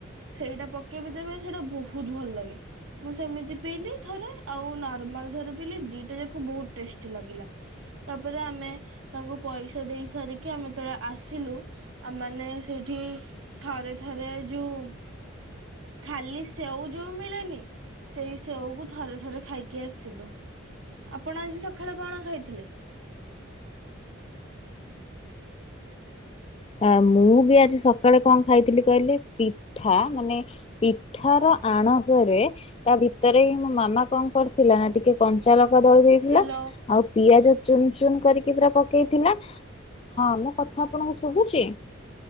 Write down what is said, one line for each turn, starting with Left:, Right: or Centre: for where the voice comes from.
Right: ସେଇଟା ପକେଇବି ଦେବେ ସେଇଟା ବହୁତ ଭଲ ଲାଗେ। ମୁଁ ସେମିତି ପିଇଲି ଥରେ ଆଉ ନର୍ମାଲ ଥରେ ପିଇଲି ଦିଟା ଯାକ ବହୁତ ଟେଷ୍ଟି ଲାଗିଲା। ତାପରେ ଆମେ ତାଙ୍କୁ ପଇସା ଦେଇ ସାରିକି ଆମେ ଯେତେବେଳେ ଆସିଲୁ ଆମେ ମାନେ ସେଇଠି ଥରେ ଥରେ ଯୋଉ ଖାଲି ସେଓ ଯୋଉ ମିଳେନି ସେଇ ସେଓକୁ ଥରେ ଥରେ ଖାଇକି ଆସିଲୁ ଆପଣ ଆଜି ସକାଳେ କଣ ଖାଇଥିଲେ?
Left: ଆ ମୁଁ ବି ଆଜି ସକାଳେ କଣ ଖାଇଥିଲି କହିଲେ ପିଠା ମାନେ ପିଠାର ଆଣସରେ ତା ଭିତରେ ହିଁ ମୋ ମାମା କଣ କରିଥିଲା ନା ଟିକେ କଞ୍ଚା ଲଙ୍କା ଦଳି ଦେଇଥିଲା
Right: ହ୍ୟାଲୋ
Left: ଆଉ ପିଆଜ ଚୁନ୍ ଚୁନ୍ କରିକି ପୁରା ପକେଇଥିଲା। ହଁ ମୁଁ କଥା ଆପଣଙ୍କୁ ଶୁଭୁଛି।